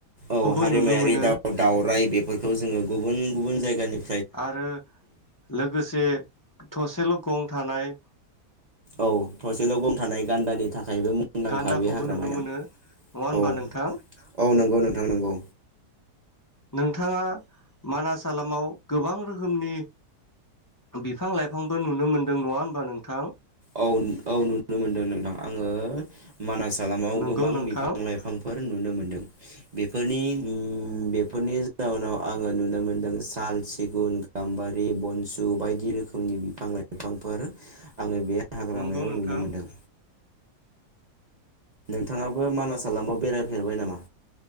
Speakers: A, on the right; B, on the left.
A: औ
B: खौबो
A: हारिमायारि
B: नुनो मोनो
A: दाउ दाउराय बे फोरखौ जोङो गुबुन गुबुन जायगानि
B: आरो लोगोसे थसेल' गं थानाय
A: औ थसेल' गं थानाय गान्दानि थाखायबो मुंदांखा
B: गान्दाखौबो
A: बे हाग्रामाया
B: नुनो मोनो नङा होनबा
A: औ
B: नोंथां?
A: औ नोंगौ नोंथां नोंगौ
B: नोंथाङा मानास हालामाव गोबां रोखोमनि बिफां लाइफांबो नुनो मोनदों नङा होनबा नोंथां?
A: औ औ नुनो मोनदों नोंथां आङो मानास हालामाव
B: नंगौ
A: गोबां
B: नोंथां
A: बिफां लाइफांफोर नुनो मोनदों बे फोरनि उम बेफोरनि जाउनाव आङो नुनो मोनदों साल सिगुन गाम्बारि बनसु बायदि रोखोमनि बिफां लाइफांफोर आङो बे हाग्रामायाव
B: नोंगौ नोंथां
A: नुनो मोनदों नोंथाङाबो मानास हालामाव बेरायफेरबाय नामा?